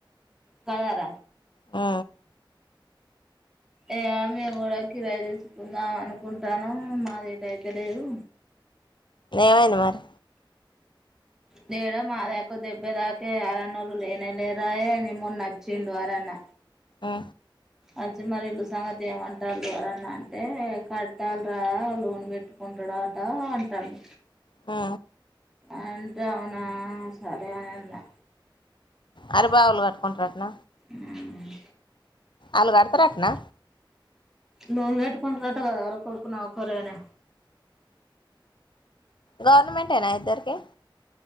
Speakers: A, in the centre; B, on the left (about 65°).
A: కద ర
B: ఆ
A: ఏయా మేము కూడా కిరాయి తీసుకుందాం అనుకుంటాను మాది అయితే లేదు
B: ఏమైంది మరి
A: లేయడం మా దాకు దెబ్బే దాకే అరన్నళ్ళలు లేనే లేదాయ ని మని నచ్చిండు అరన్న
B: ఆ
A: అది మరి ఇల్లు సంగతి ఏమంటారువరన్నా అంటే కట్టాల రా లూన్ పెట్టుకుంటాడా అట అంటాడు
B: ఆ
A: అంటే అవునా సరే అని అన్నా
B: అరి బావులు కట్టుకుంటారు అటన
A: మ్మ్
B: అలు గడతారటనా
A: లోూన్ నట్టుకుంటట కదర కొడుకున్నా ఒక ఒకరేనే
B: గవర్నమెంట్ ఏనా ఇద్దరీకి